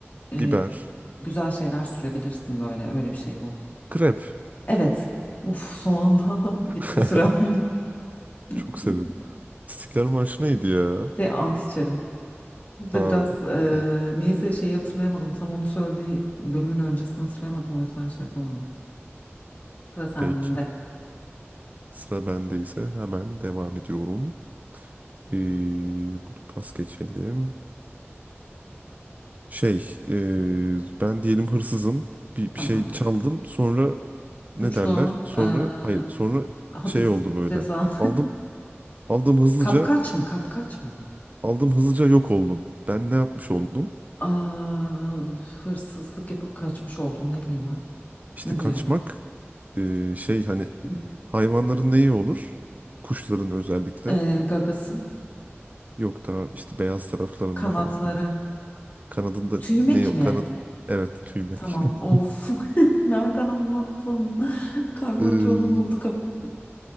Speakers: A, on the left; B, on the right.
A: e,
B: biber,
A: güzel şeyler sürebilirsin böyle öyle bir şey bu.
B: krep.
A: Evet. Uf son anda <laughs> bitti
B: <laughs>
A: sürem. <laughs>
B: Çok severim. İstiklal Marşı neydi ya?
A: Şey ant içerim. Da
B: Ha,
A: biraz eee
B: okey.
A: niyeyse şeyi hatırlayamadım. Tam onu söylediği bölümün öncesini hatırlayamadım. O yüzden şey yapamadım. Sıra sende.
B: Peki. Sıra bende ise hemen devam ediyorum. Ee, bunu pas geçelim. Şey, ee, ben diyelim hırsızım. Bir,
A: Tamam.
B: bir şey çaldım. Sonra ne
A: Suçlu
B: derler? Sonra
A: eee,
B: hayır, sonra
A: hapis
B: şey oldu böyle.
A: ceza.
B: Aldım Aldım
A: <laughs>
B: hızlıca,
A: Kapkaç mı? Kapkaç mı?
B: aldım hızlıca yok oldum. Ben ne yapmış oldum?
A: Aa, hırsızlık yapıp kaçmış oldum. Ne bileyim ben.
B: İşte
A: Ne
B: kaçmak
A: bu ya? <laughs>
B: e, şey hani
A: Hı.
B: hayvanların neyi olur? Kuşların özellikle.
A: Eee, gagası.
B: Yok daha işte beyaz taraflarında
A: Kanatları.
B: falan. Hani kanadında
A: Tüymek
B: ne o
A: mi?
B: Kanad evet tüymek.
A: Tamam.
B: <laughs>
A: Of. <laughs> Nereden anlattın? <laughs> Karman
B: E,
A: çorman oldu kafam.